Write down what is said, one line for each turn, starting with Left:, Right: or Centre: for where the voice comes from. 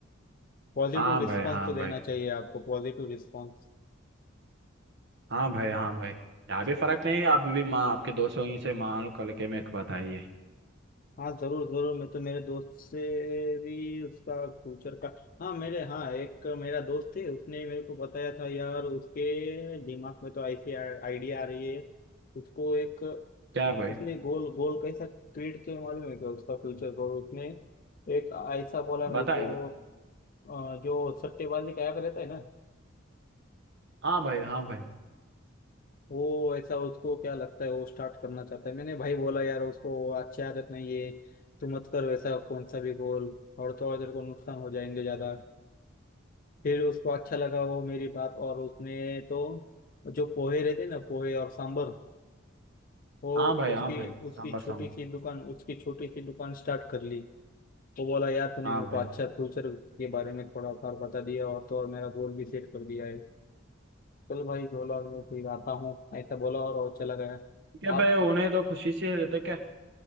Left: पॉजिटिव
Right: हाँ
Left: रिस्पॉन्स
Right: भाई हाँ
Left: तो देना
Right: भाई
Left: चाहिए आपको पॉजिटिव रिस्पॉन्स
Right: हाँ भाई हाँ भाई यहाँ भी फर्क नहीं है आप भी माँ आपके दोस्तों ही से मान लो कल के मेरे को बताइए
Left: हाँ जरूर जरूर मैं तो मेरे दोस्त से भी उसका फ्यूचर का हाँ मेरे हाँ एक मेरा दोस्त है उसने मेरे को बताया था यार उसके दिमाग में तो ऐसी आइडिया आ रही है उसको एक
Right: क्या भाई
Left: उसने गोल गोल कैसा क्रिएट किया मालूम है क्या उसका फ्यूचर गोल उसने एक ऐसा बोला मेरे
Right: बताइए
Left: को अ, जो सट्टेबाजी का ऐप रहता है ना
Right: हाँ भाई हाँ भाई
Left: वो ऐसा उसको क्या लगता है वो स्टार्ट करना चाहता है मैंने भाई बोला यार उसको वो अच्छी आदत नहीं है तू मत कर वैसा कौन सा भी गोल और थोड़ा देर को नुकसान हो जाएंगे ज्यादा फिर उसको अच्छा लगा वो मेरी बात और उसने तो जो पोहे रहते ना पोहे और सांबर वो
Right: हाँ भाई
Left: उसकी
Right: हाँ भाई
Left: उसकी
Right: सांबर
Left: छोटी
Right: सांबर
Left: सी दुकान उसकी छोटी सी दुकान स्टार्ट कर ली वो बोला यार तूने
Right: हाँ
Left: मेरे
Right: भाई
Left: को अच्छा फ्यूचर के बारे में थोड़ा सा बता दिया और तो और मेरा गोल भी सेट कर दिया है चल भाई बोला मैं फिर आता हूँ ऐसा बोला और, और चला गया
Right: ठीक है
Left: आप
Right: भाई उन्हें तो खुशी से रहते क्या